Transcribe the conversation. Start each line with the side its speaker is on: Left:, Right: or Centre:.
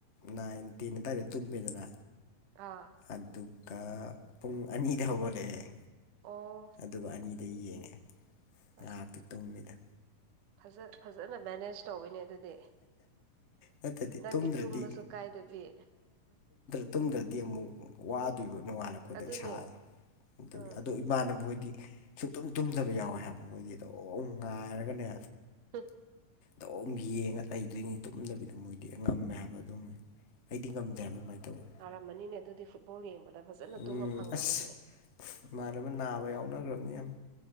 Left: ꯅꯥꯏꯟꯇꯤꯟ ꯇꯔꯦ ꯇꯨꯝꯕꯤꯗꯅ
Right: ꯑꯥ
Left: ꯑꯗꯨꯒ ꯄꯨꯡ ꯑꯅꯤꯗ ꯍꯧꯒꯠꯂꯛꯑꯦ
Right: ꯑꯣ
Left: ꯑꯗꯨꯒ ꯑꯅꯤꯗ ꯌꯦꯡꯉꯦ
Right: ꯑꯁ
Left: ꯉꯥꯏꯍꯥꯛꯇꯤ ꯇꯨꯝꯃꯤꯗ
Right: ꯐꯖ ꯐꯖꯅ ꯃꯦꯅꯦꯖ ꯇꯧꯕꯋꯤꯅꯦ ꯑꯗꯨꯗꯤ
Left: ꯅꯠꯇ꯭ꯔꯗꯤ
Right: ꯅꯪꯒꯤ
Left: ꯇꯨꯝꯗ꯭ꯔꯗꯤ
Right: ꯇꯨꯝꯃꯁꯨ ꯀꯥꯏꯗꯕꯤ
Left: ꯇꯨꯝꯗꯗꯤ ꯑꯃꯨꯛ ꯋꯥꯗꯣꯏꯕ ꯅꯣꯡꯉꯥꯜꯂꯛꯄ ꯑꯩꯗ
Right: ꯑꯗꯨꯅꯦ
Left: ꯏꯁꯥ ꯑꯗꯨ
Right: ꯎꯝ
Left: ꯑꯗꯣ ꯏꯃꯥꯟꯅꯕꯅꯕꯣꯏꯗꯤ ꯁꯨꯛꯇꯨꯝ ꯇꯨꯝꯗꯕ ꯌꯥꯎꯋꯦ ꯍꯥꯏꯕ ꯃꯣꯏꯗꯤ ꯑꯗꯣ ꯉꯥꯏꯔꯒꯅꯦ
Right: ꯍ
Left: ꯑꯗꯨꯝ ꯌꯦꯡꯉ ꯂꯩꯗꯣꯏꯅꯤ ꯇꯨꯝꯗꯕꯤꯗ ꯃꯣꯏꯗꯤ ꯉꯝꯃꯦ ꯍꯥꯏꯕ ꯑꯗꯨꯝꯅꯤ ꯑꯩꯗꯤ ꯉꯝꯗ꯭ꯔꯦ ꯍꯥꯏꯅ ꯑꯗꯨꯃꯥꯏꯅ ꯇꯧꯋꯤ
Right: ꯑꯃꯅꯤꯅꯦ ꯑꯗꯨꯗꯤ ꯐꯨꯠꯕꯣꯜ ꯌꯦꯡꯕꯗ ꯐꯖꯅ
Left: ꯎꯝ
Right: ꯇꯨꯝꯕ ꯐꯪꯗꯕꯒꯤ
Left: ꯑꯁ ꯃꯥꯟꯅꯕ ꯅꯥꯕ ꯌꯥꯎꯅꯈ꯭ꯔꯕꯅꯤ ꯌꯥꯝ